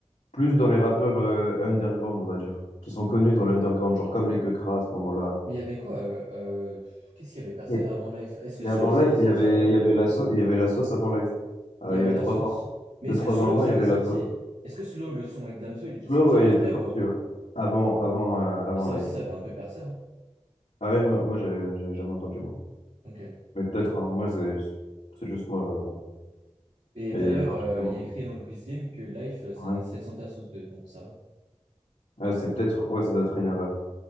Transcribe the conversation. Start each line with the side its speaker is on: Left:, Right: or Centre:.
Left: plus dans les rappeurs euh, underground, on va dire, qui sont connus dans l'underground, genre comme les Quecras à ce moment-là.
Right: Mais il y avait quoi? euh, euh, qu'est-ce qu'il y avait percé
Left: Et,
Right: avant Life? Est-ce que
Left: et
Right: Slow
Left: avant
Right: c'était
Left: Life,
Right: sorti
Left: il y avait,
Right: avant Life?
Left: il y avait la sauce, il y avait la sauce avant Life. Euh,
Right: Il y avait
Left: il y avait
Right: La
Left: trois
Right: Sauce.
Left: ans, deux,
Right: Mais est-ce
Left: trois
Right: que Slow
Left: ans avant,
Right: c'était
Left: il y avait
Right: sorti?
Left: la sauce.
Right: Est-ce que Slow, le son avec Damso, il était
Left: Slow,
Right: sorti
Left: ouais,
Right: après
Left: il était sorti,
Right: ou avant?
Left: ouais. Avant, avant, euh, avant
Right: Ça
Left: Life.
Right: aussi, ça avait un peu percé. hein.
Left: Ah ouais, moi, moi, j'ai j'ai jamais entendu, moi.
Right: Ok.
Left: Mais peut-être, hein, moi, c'est c'est juste moi, euh, bon.
Right: Et
Left: Mais
Right: d'ailleurs,
Left: non,
Right: euh,
Left: j'ai vraiment-
Right: il y a écrit dans le quiz game que Life, euh, c'est
Left: ouais.
Right: un extrait de Santa Sauce 2. Bon, ça.
Left: Ah, c'est peut-être, ouais, ça doit être une erreur.